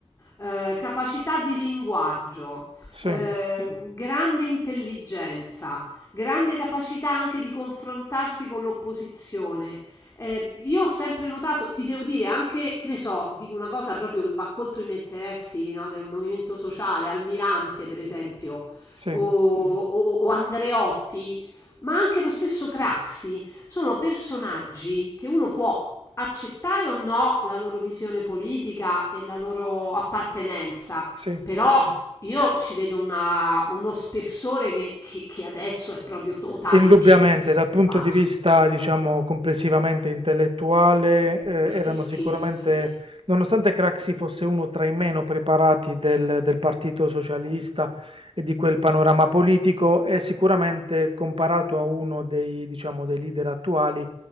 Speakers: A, on the left; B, on the right.
A: eh, capacità di linguaggio,
B: Sì,
A: eh, grande intelligenza, grande capacità anche di confrontarsi con l'opposizione. Eh, io ho sempre notato, ti devo dire anche, che ne so, dico una cosa proprio che va contro i miei interessi, no, del movimento sociale, Almirante per esempio,
B: sì,
A: o, mm. o- o Andreotti, ma anche lo stesso Craxi, sono personaggi che uno può accettare o no la loro visione politica e la loro appartenenza,
B: sì.
A: però io ci vedo una- uno spessore che, che- che adesso è proprio totalmente
B: Indubbiamente,
A: scomparso.
B: dal punto di vista, diciamo, complessivamente intellettuale, eh,
A: Ma che
B: erano
A: scherzi!
B: sicuramente, nonostante Craxi fosse uno tra i meno preparati del, del Partito Socialista e di quel panorama politico, è sicuramente comparato a uno dei, diciamo, dei leader attuali,